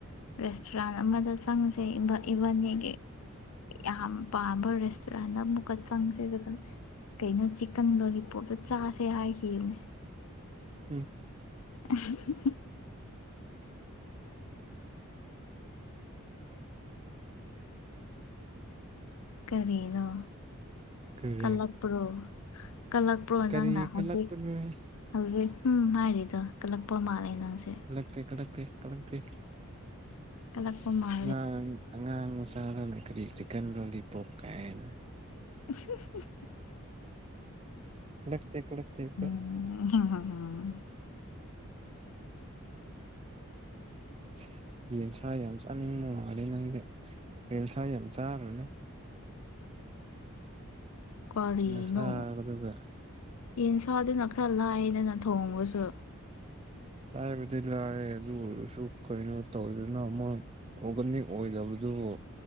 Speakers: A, on the left; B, on the right.
A: ꯔꯦꯁꯇꯨꯔꯥꯟ ꯑꯃꯗ ꯆꯪꯁꯦ ꯏꯕꯥ ꯏꯕꯥꯅꯤꯒꯤ ꯌꯥꯝ ꯄꯥꯝꯕ ꯔꯦꯁꯇꯨꯔꯦꯟꯗ ꯑꯃꯨꯛꯀ ꯆꯪꯁꯤ ꯑꯗꯨꯒ ꯀꯩꯅꯣ ꯆꯤꯛꯀꯟ ꯂꯣꯂꯤꯄꯣꯞꯇ ꯆꯥꯁꯦ ꯍꯥꯏꯈꯤꯕꯅꯦ
B: ꯎꯝ
A: <unintelligible> ꯀꯔꯤꯅꯣ
B: ꯀꯔꯤ
A: ꯀꯜꯂꯛꯄ꯭ꯔꯣ ꯀꯂꯛ__ ꯄ꯭ꯔꯣ
B: ꯀꯔꯤ
A: ꯅꯪꯅ ꯍꯧꯖꯤꯛ
B: ꯀꯜꯂꯛꯄꯅꯣꯍꯦ
A: ꯍꯧꯖꯤꯛ ꯍꯨꯝ ꯍꯥꯏꯔꯤꯗꯣ ꯀꯜꯂꯛꯄ ꯃꯥꯜꯂꯦ ꯅꯪꯁꯦ
B: ꯀꯜꯂꯛꯇꯦ ꯀꯜꯂꯛꯇꯦ ꯀꯜꯂꯛꯇꯦ
A: ꯀꯂꯛꯄ ꯃꯥꯟ__
B: ꯑꯉꯥꯡ ꯑꯉꯥꯡ ꯃꯆꯥ ꯅꯪꯅ ꯀꯔꯤ ꯆꯤꯛꯀꯟ ꯂꯣꯂꯤꯄꯣꯞ ꯀꯥꯏꯅ
A: <unintelligible>
B: ꯀꯂꯛꯇꯦ ꯀꯂꯛꯇꯦ ꯑꯈꯣꯏ
A: <unintelligible>
B: <unintelligible> ꯌꯦꯟꯁꯥ ꯌꯥꯝ ꯆꯥꯅꯤꯡꯕ ꯃꯥꯜꯂꯦ ꯅꯪꯗꯤ ꯔꯦꯝꯁꯥ ꯌꯥꯝ ꯆꯥꯔꯨꯅꯨ
A: ꯀꯔꯤꯅꯣ
B: ꯅꯁꯥꯗꯨꯒ
A: ꯌꯦꯟꯁꯥꯗꯨꯅ ꯈꯔ ꯂꯥꯏꯌꯦꯗꯅ ꯊꯣꯡꯕꯁꯨ
B: ꯂꯥꯏꯕꯗꯤ ꯂꯥꯏꯔꯦ ꯑꯗꯨ ꯑꯣꯏꯔꯁꯨ ꯀꯩꯅꯣ ꯇꯧꯗꯦꯅ ꯃꯣꯏ ꯑꯣꯔꯒꯥꯅꯤꯛ ꯑꯣꯏꯗꯕꯗꯨꯕꯨ